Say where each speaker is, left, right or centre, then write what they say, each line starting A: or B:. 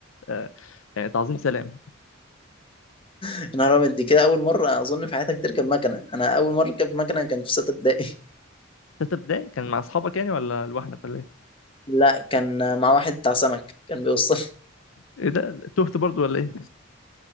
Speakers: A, on the left; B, on the left.
A: آه يعني تعظيم سلام
B: يا نهار أبيض دي كده أول مرة أظن في حياتك تركب مكنة أنا أول مرة أركب مكنة كان في ستة ابتدائي <laughs>
A: تالتة ابتدائي كان مع اصحابك يعني ولا لوحدك ولا ايه؟
B: لا كان مع واحد بتاع سمك كان بيوصل
A: ايه ده تهت برضو ولا ايه؟